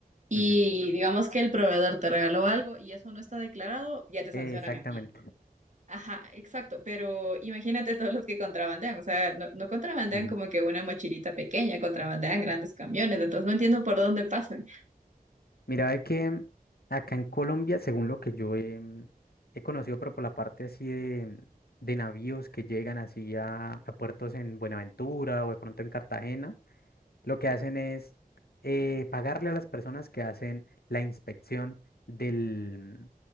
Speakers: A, on the right; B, on the left.
A: y
B: Ujú.
A: digamos que el proveedor te regaló algo y eso no está declarado, ya te
B: Exactamente.
A: sancionan a ti. Ajá, exacto, pero imagínate todos los que contrabandean, o sea, no, no contrabandean
B: Ujú.
A: como que una mochilita pequeña, contrabandean grandes camiones, entonces no entiendo por dónde pasan.
B: Mira, ve que acá en Colombia, según lo que yo he, mm, he conocido, pero por la parte así de, de navíos que llegan así a, a puertos en Buenaventura o de pronto en Cartagena, lo que hacen es eh, pagarle a las personas que hacen la inspección del,